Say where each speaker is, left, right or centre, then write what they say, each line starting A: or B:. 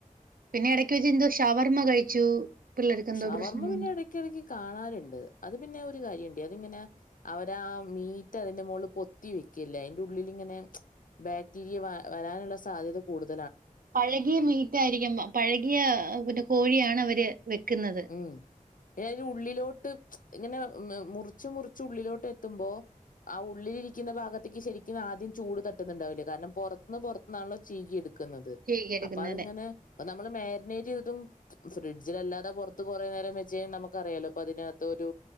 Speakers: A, on the right; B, on the left.
A: പിന്നെ ഇടക്ക് വെച്ച എന്തോ ഷവർമ്മ കഴിച്ചു പിള്ളേർക്ക് എന്തോ
B: ഷവർമ്മ
A: പ്രശ്നം
B: പിന്നെ
A: വന്നു.
B: ഇടക്ക ഇടക്ക് കാണാറുണ്ട് അത് പിന്നെ ഒരു കാര്യണ്ട് അതിങ്ങനെ അവരാ മീറ്റ് അതിന്റെ മോള് പൊത്തി വെക്കല്ലേ അയിന്ടെ ഉള്ളിലിങ്ങനെ ബാക്ടീരിയ വ വരാനുള്ള സാധ്യത കൂടുത
A: പഴകിയ മീറ്റ ആയിരിക്കാം പഴകിയ പിന്നെ കോഴിയാണ് അവര് വെക്കുന്നത്.
B: ഉം പിന്നയിന്ടെ ഉള്ളിലോട്ട് ഇങ്ങനെ മ് മുറിച്ച് മുറച്ച് ഉള്ളിലോട്ട് എത്തുമ്പോ ആ ഉള്ളിലിരിക്കുന്ന ഭാഗത്തേക്ക് ശരി ക്കും ആദ്യം ചൂട് തട്ടുന്നുണ്ടാവില്ല കാരണം പുറത്തുന്ന് പുറത്തുന്നാണല്ലോ ചീകിയ എടു ക്ക്ന്നത്
A: ചെയ്യിക്കുന്നത്
B: അപ്പ അത് ങ്ങനെ അപ്പ നമ്മള് മാരിനേറ്റ് ചെയ്തിട്ടും ഫ്രിഡ്ജിലല്ലാതെ പൊർ ത്ത് കുറേ നേരം വെച്ച നമുക്കറിയാലോ അപ്പൊ അതിനകത്ത് ഒരു